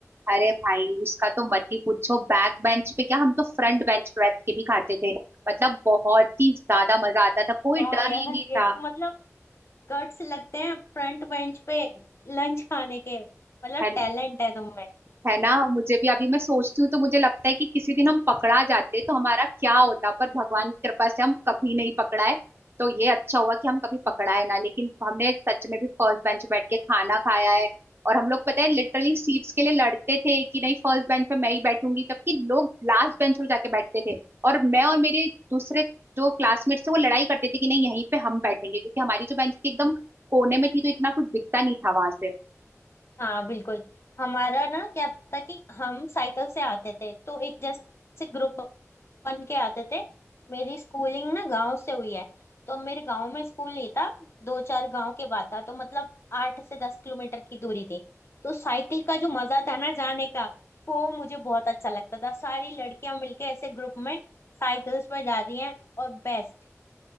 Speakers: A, on the right; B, on the left.
A: अरे भाई उसका तो मत ही पूछो बैक बेंच पे क्या हम तो फ्रंट बेंच पे बैठ के भी खाते थे मतलब बहुत ही ज्यादा मजा आता था कोई
B: वाह
A: डर
B: यार
A: ही नहीं
B: ये
A: था
B: तो मतलब कट्स लगते हैं फ्रंट बेंच पे लंच खाने के मतलब
A: है
B: टैलेंट है तुम में
A: है ना मुझे भी अभी मैं सोचती हूँ तो मुझे लगता है कि किसी दिन हम पकड़ा जाते तो हमारा क्या होता पर भगवान की कृपा से हम कभी नहीं पकड़ाए तो ये अच्छा हुआ कि हम कभी पकड़ाए ना लेकिन हमने सच में भी फर्स्ट बेंच बैठ के खाना खाया है और हम लोग पता है लिटरली सीट्स के लिए लड़ते थे कि नहीं फर्स्ट बेंच पे मैं ही बैठूंगी जबकि लोग लास्ट बेंच पे जाके बैठते थे और मैं और मेरे दूसरे जो क्लासमेट्स थे वो लड़ाई करते थे कि नहीं यहीं पे हम बैठेंगे क्योंकि हमारी जो बेंच थी एकदम कोने में थी तो इतना कुछ दिखता नहीं था वहां से
B: हाँ बिल्कुल हमारा ना क्या था कि हम साइकिल से आते थे तो एक जैसे ग्रुप बन के आते थे मेरी स्कूलिंग ना गांव से हुई है तो मेरे गांव में स्कूल नहीं था दो चार गांव के बाद था तो मतलब आठ से दस किलोमीटर की दूरी थी तो साइकिल का जो मजा था ना जाने का वो मुझे बहुत अच्छा लगता था सारी लड़कियां मिलके ऐसे ग्रुप में साइकिल्स पर जा रही हैं और बेस्ट